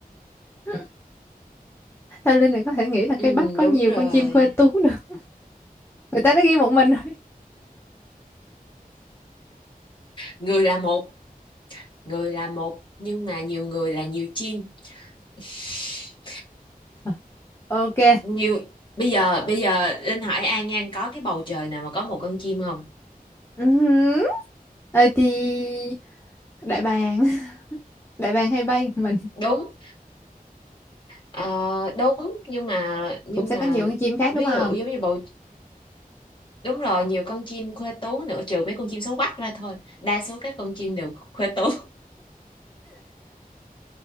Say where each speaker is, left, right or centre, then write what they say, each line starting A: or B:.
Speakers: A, on the left; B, on the left.
A: Hmm, Theo Linh này có thể nghĩ là cây
B: ừ,
A: bách có
B: đúng
A: nhiều
B: rồi
A: con chim khuê tú được. Người ta đã ghi một mình rồi.
B: người là một người là một nhưng mà nhiều người là nhiều chim <laughs>
A: à, Ok.
B: nhiều bây giờ bây giờ Linh hỏi An Nhan có cái bầu trời nào mà có một con chim không
A: Ừm. Ờ thì đại bàng, <laughs> đại bàng hay bay, một mình
B: đúng ờ, đúng nhưng mà nhưng
A: cũng sẽ
B: mà
A: có nhiều con chim khác
B: ví
A: đúng không?
B: dụ giống như bầu đúng rồi nhiều con chim khuê tú nữa trừ mấy con chim xấu quắc ra thôi đa số các con chim đều khuê tú